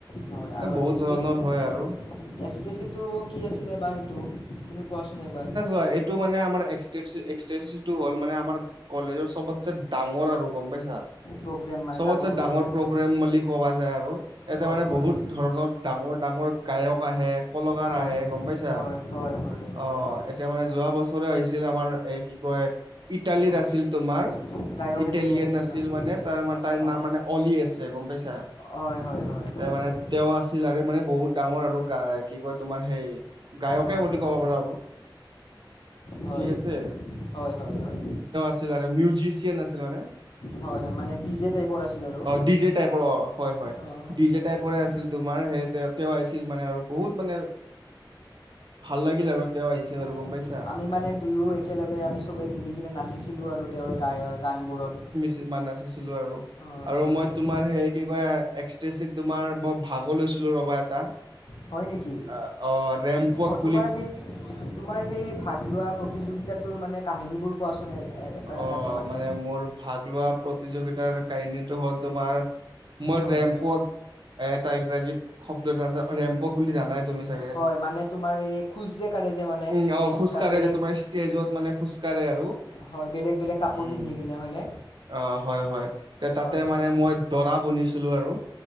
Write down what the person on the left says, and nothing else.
হয় আৰু
এক্সটেছ
এক্সটেচিটো কি আছিলে বা সেইটো তুমি কোৱাচোন একবাৰ
প্ৰগ্ৰেম মানে
মানে
হয়
হয়
হয়
হয় হয় হয়
হয়
হয়
গায়ক
এজনী আহিছিল
ন
অঁ
অঁ
হয় হয় হয় হয়
হয়
হয়
হয়
হয়
হয় হয় হয়
হয় হয় মানে ডি জে টাইপৰ আছিল আৰু
অঁ
হয়
হয়
হয়
আমি মানে দুয়ো একেলগে আমি চবেই মিলি কেনে নাচিছিলো আৰু তেওঁৰ গায় গানবোৰত
হয়
হয়
হয়
হয় নেকি
অঁ তোমাৰ সেই তোমাৰ সেই ভাগ লোৱা প্ৰতিযোগিতাটোৰ মানে কাহিনীবোৰ কোৱাচোন এটা
এটাকে মানে
হয়
হয় মানে তোমাৰ এই খোজ যে কাঢ়ে যে মানে
হেৰিত
কাৰ্পেট
হয় বেলেগ বেলেগ কাপোৰ
পিন্ধি কিনে হয়নে
হয়
হয়